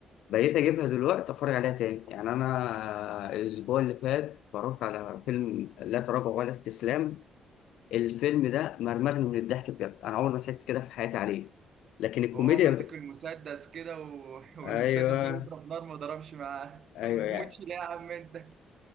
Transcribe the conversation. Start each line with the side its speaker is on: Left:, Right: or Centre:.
Left: بقيت اجيبها دلوقتي اتفرج عليها تاني يعني انا آه، الاسبوع اللي فات اتفرجت على فيلم لا تراجع ولا استسلام الفيلم ده مرمرني من الضحك بجد انا عمري ما ضحكت كده في حياتي عليه لكن الكوميديا
Right: هو ماسك المسدس كده و... <laughs> والمسدس
Left: ايوه
Right: جاي يضرب نار ما ضربش معاه انت
Left: ايوه
Right: ما بتموتش
Left: يعني
Right: ليه يا عم انت